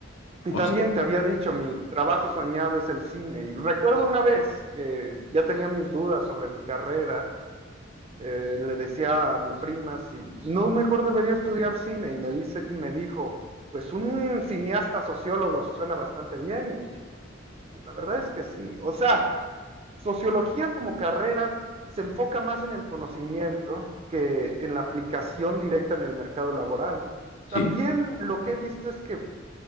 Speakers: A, on the right (about 30°); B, on the left (about 65°).
A: Y
B: O
A: también
B: sea,
A: te había dicho, mi trabajo soñado es el cine. Y recuerdo una vez que ya tenía mis dudas sobre mi carrera, eh, le decía a mi prima si no mejor debería estudiar cine y me dice, y me dijo, pues un cineasta sociólogo suena bastante bien y la verdad es que sí. O sea, Sociología como carrera se enfoca más en el conocimiento que en la aplicación directa en el mercado laboral.
B: Sí,
A: También lo que he visto es que